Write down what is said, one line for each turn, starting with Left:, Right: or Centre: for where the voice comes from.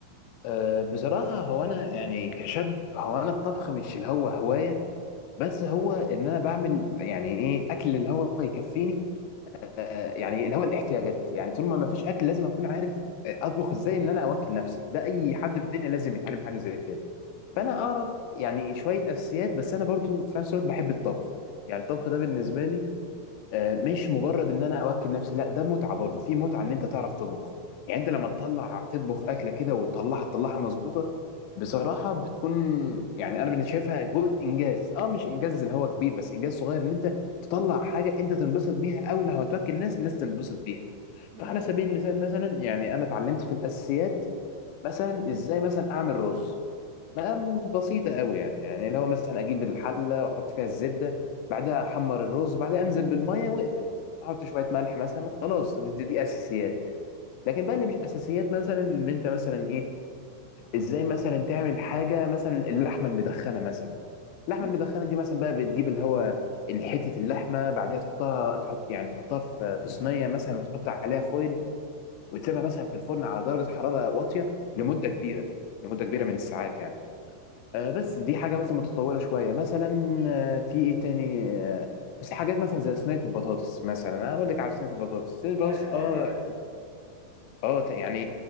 Left: أه بصراحة هو أنا يعني كشاب هو أنا الطبخ مش اللي هو هواية بس هو إن أنا بعمل يعني إيه أكل اللي هو يكفيني أه يعني اللي هو الاحتياجات يعني طول ما ما فيش أكل لازم أكون عارف آه، أطبخ إزاي إن أنا أوكل نفسي ده أي حد في الدنيا لازم يتعلم حاجة زي كده
Right: مم.
Left: فأنا أعرف يعني شوية أساسيات بس أنا برضو في نفس الوقت بحب الطبخ يعني الطبخ ده بالنسبة لي آه، مش مجرد ان انا اوكل نفسي لا ده متعه برضه في متعه ان انت تعرف تطبخ يعني انت لما تطلع تطبخ اكله كده وتطلعها تطلعها مظبوطه بصراحه بتكون يعني انا بالنسبه شايفها جزء انجاز اه مش انجاز اللي هو كبير بس انجاز صغير ان انت تطلع حاجه انت تنبسط بيها او لو هتوكل ناس الناس تنبسط بيها
Right: مم.
Left: فعلى سبيل المثال مثلا يعني انا اتعلمت في الاساسيات مثلا ازاي مثلا اعمل رز مقام بسيطة قوي يعني يعني اللي هو مثلا أجيب الحلة وأحط فيها الزبدة بعدها أحمر الرز بعدها أنزل بالمية وأقفل أحط شوية ملح مثلا خلاص دي, دي, دي أساسيات لكن بقى اللي مش أساسيات مثلا اللي أنت مثلا إيه إزاي مثلا تعمل حاجة مثلا اللحمة المدخنة مثلا اللحمة
Right: مم.
Left: المدخنة دي مثلا بقى بتجيب اللي هو حتة اللحمة بعدها تحطها تحط يعني تحطها في في صينية مثلا وتحط عليها فويل وتسيبها مثلا في الفرن على درجة حرارة واطية لمدة كبيرة لمدة كبيرة من الساعات يعني آه، بس دي حاجة مثلا متطورة شوية مثلا
Right: ايوه
Left: آه، في ايه تاني آه، بس حاجات مثلا زي صينية البطاطس مثلا انا اقول لك على صينية البطاطس صينية
Right: بتعرف
Left: البطاطس اه
Right: تعملها
Left: اه ت- يعني